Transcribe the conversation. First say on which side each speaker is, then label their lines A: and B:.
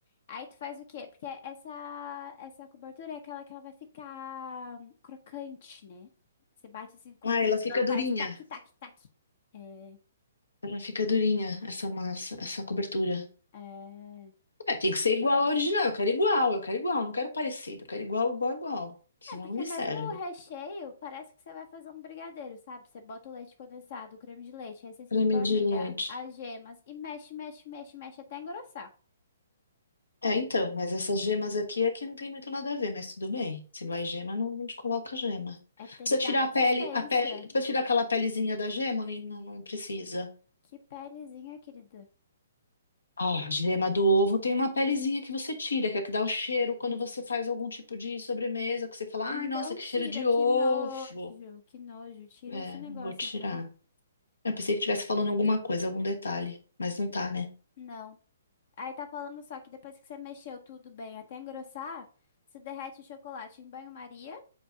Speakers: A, on the left; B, on the left.
A: Aí tu faz o quê? Porque essa, essa cobertura é aquela que ela vai ficar hum, crocante, né? Você bate assim com
B: Ah,
A: a colher,
B: ela fica
A: ela
B: durinha.
A: faz tac, tac, tac. É,
B: Ela fica durinha, essa massa, essa cobertura.
A: é.
B: É, tem que ser igual ao original. Eu quero igual, eu quero igual, não quero parecido. Eu quero igual, igual, igual. Senão
A: É, porque
B: não me
A: mesmo
B: serve.
A: o recheio, parece que você vai fazer um brigadeiro, sabe? Você bota o leite condensado, o creme de leite, a essência
B: Creme
A: de baunilha,
B: de leite.
A: as gemas e mexe, mexe, mexe, mexe até engrossar.
B: É, então, mas essas gemas aqui é que não tem muito nada a ver, mas tudo bem. Se não é gema, não, não te coloca gema.
A: É que tem
B: Precisa
A: que
B: tirar
A: dar consistência.
B: a pele, a pele, precisa tirar aquela pelezinha da gema, ou nem- não, não precisa.
A: Que pelezinha, querida.
B: Ah, a gema do ovo tem uma pelezinha que você tira, que é a que dá o cheiro quando você faz algum tipo de sobremesa, que você fala,
A: Então
B: ai, nossa, que
A: tira,
B: cheiro de
A: que
B: ovo.
A: nojo, que nojo. Tira
B: É,
A: esse negócio,
B: vou tirar.
A: então.
B: Eu pensei que estivesse falando alguma coisa, algum detalhe, mas não tá, né?
A: Não. Aí tá falando só que depois que você mexeu tudo bem até engrossar, você derrete o chocolate em banho-maria,